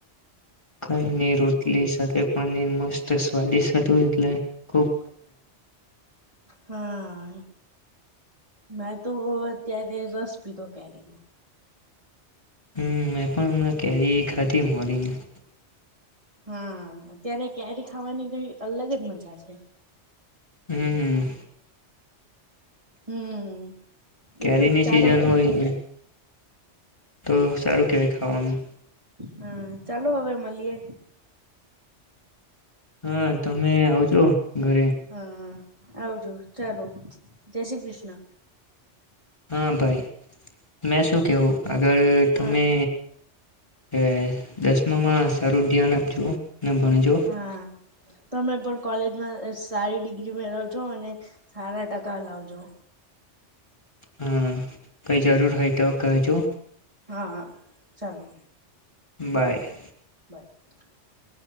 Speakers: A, on the left; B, on the right.
A: કાયની રોટલી સાથે પનીર મસ્ત સ્વાદિષ હતું એટલે ખૂબ
B: હા મેં તો અત્યારે રસ પીધો કેરીનો
A: હમ મેં પણ હમણાં કેરી ખાધી મરી ગયુ
B: હા અત્યારે કેરી ખાવાની કઈ અલગ જ મજા છે.
A: હમ હ
B: હમ બીજું
A: કેરીની
B: ચાલો
A: સિઝન હોય ને તો સારું કહેવાય ખાવાનું
B: હા ચાલો હવે મલીએ
A: હા તમે આવજો ઘરે
B: હા આવજો ચાલો જય શ્રી કૃષ્ણ
A: હા ભાઈ મેં શું કેવું અગર તમે
B: હા
A: કે દસમામાં સારું ધ્યાન આપ જો ને ભણજો
B: હા તમે પણ કોલેજમાં અ સારી ડિગ્રી મેળવજો અને સારા ટકા લાવજો
A: હમ કઈ જરૂર હોય તો કહેજો
B: હા ચાલો
A: બાય
B: <inaudible>